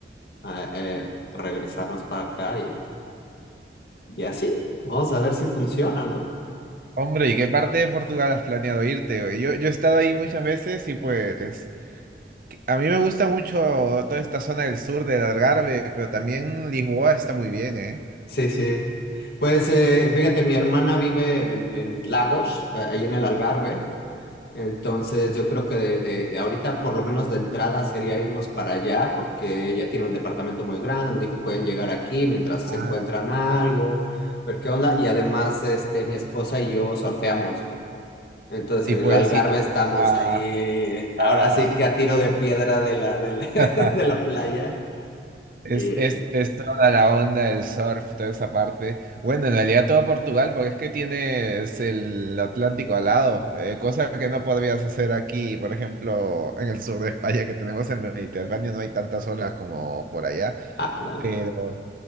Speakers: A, on the left; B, on the right.
A: eh, eh, regresarnos para acá y, y así. Vamos a ver si funciona, ¿no?
B: Hombre, ¿y qué parte de Portugal has planeado irte? güey? Yo, yo he estado ahí muchas veces y pues a mí me gusta mucho toda esta zona del sur del Algarve, pero también Lisboa está muy bien, ¿eh?
A: Sí, sí. Pues eh, fíjate, mi hermana vive en, en Lagos, eh, ahí en el Algarve. Entonces, yo creo que de, de- de ahorita, por lo menos de entrada, sería irnos para allá, porque ella tiene un departamento muy grande, nos dijo, pueden llegar aquí mientras
B: Ah,
A: se encuentran algo, ver qué onda. Y además, este, mi esposa y yo surfeamos. Entonces,
B: Sí,
A: en
B: puedes
A: el Algarve
B: ir
A: estamos
B: a...
A: ahí, ahora
B: a-
A: sí que a tiro de piedra de la, de la, <laughs>
B: <laughs>
A: de la playa.
B: Es,
A: Y,
B: es, es toda la onda del surf, toda esa parte. Bueno, en realidad todo Portugal, porque es que tienes el Atlántico al lado, eh, cosa que no podrías hacer aquí, por ejemplo, en el sur de España, que tenemos el Mediterráneo, no hay tantas olas como por allá.
A: ah, dale.
B: Pero,